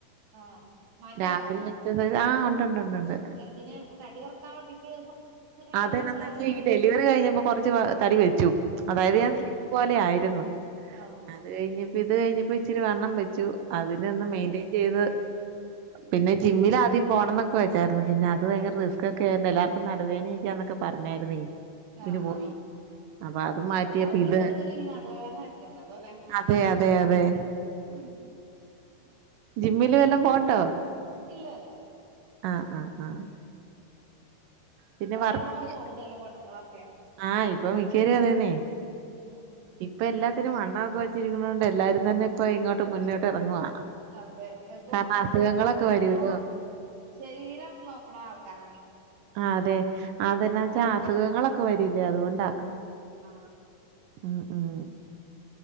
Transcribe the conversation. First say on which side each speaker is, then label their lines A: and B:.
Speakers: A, on the right; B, on the right.
A: ആഹ് മാറ്റണ്ടോ
B: രാവിലെ എക്സസൈസ് ആഹ് ഉണ്ട് ഉണ്ട് ഉണ്ട് ഉണ്ട്
A: എന്തിന് തടി കുറ ക്കാം വേണ്ടിട്ട് ചെയ്യല്
B: അതെന്നെന്ന്
A: തൊടങ്ങിയോ
B: വെച്ചാ
A: എന്തേലും
B: ഈ ഡെലിവറി കഴിഞ്ഞപ്പോ കൊറ്ച്ച് തടി വെച്ചു അതായത്
A: ആഹ്
B: ഞാൻ സ്ലിം പോലെ ആയിരുന്നു
A: ആഹ്
B: അത് കഴിഞ്ഞപ്പ ഇത് കഴിഞ്ഞപ്പ ഇച്ചിരി വണ്ണം വെച്ചു അതിനന്ന്
A: ആഹ്
B: മെയിന്റെയിൻ ചെയ്ത് പിന്നെ ജിമ്മിലാ
A: ആഹ്
B: ദ്യം പോണന്നൊക്കെ വെച്ചായിരുന്നു പിന്നെ അത് ഭയങ്കര റിസ്കൊക്കെ ആയൊണ്ട് എല്ലാർക്കും നടു വേനിംക്യാന്നൊക്കെ പറഞ്ഞായിരുന്നെ ഇതിന്
A: ആഹ്
B: പോയി
A: ആഹ്
B: അപ്പൊ അത് മാ റ്റിയപ്പ
A: അപ്പൊ പൈസ
B: ഇത്
A: കൊടുത്തിട്ട് ഇനി നടുവേദന വരുത്തണ്ടല്ലോ അല്ലേ
B: അതെ അതെ അതെ
A: ഉം
B: ജിമ്മില് വെല്ലൊം പോണ്ടോ
A: ഇല്ലല്ല
B: ആഹ് ആഹ് ആഹ് പിന്നെ
A: ഇപ്പ നല്ലോം
B: വർക്ക്
A: പോവ്ണ്ടല്ലോ പെണ്ണ്ങ്ങളൊക്കെ
B: ആഹ് ഇപ്പ മിക്കേരും അതന്നെ
A: ഉം
B: ഇപ്പ എല്ലാത്തിനും വണ്ണ ഒക്കെ വെച്ചിരിക്കുന്നോണ്ട് എല്ലാരും തന്നെ ഇപ്പ ഇങ്ങോട്ട് മുന്നോട്ട് ഇറങ്ങുവാ
A: അതെ ഇപ്പ
B: കാരണം അസുഖങ്ങളൊക്കെ
A: നല്ലോം
B: വരൂല്ലോ
A: ശരീരം നോക്ക്ണ ആൾക്കാരന്നെ
B: ആഹ് അതെ അതെന്നാച്ചാ അസുഖങ്ങളൊക്കെ വരില്ലേ അതുകൊണ്ടാ
A: ആഹ്
B: ഉം ഉം